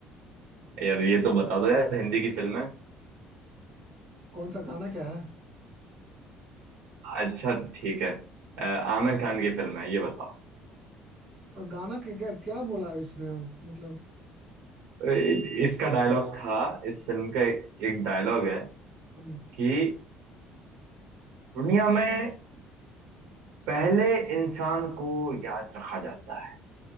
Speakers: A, on the right (about 75°); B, on the right (about 20°).
A: यार ये तो बता दो यार हिंदी की फिल्म है
B: कौन सा गाना क्या है
A: अच्छा ठीक है अ, आमिर खान की फिल्म है ये बताओ
B: और गाना क्या क्या, क्या बोला है इसने मतलब
A: इ- इसका डायलॉग था इस फिल्म का एक डायलॉग है
B: हम्म,
A: कि दुनिया में पहले इंसान को याद रखा जाता है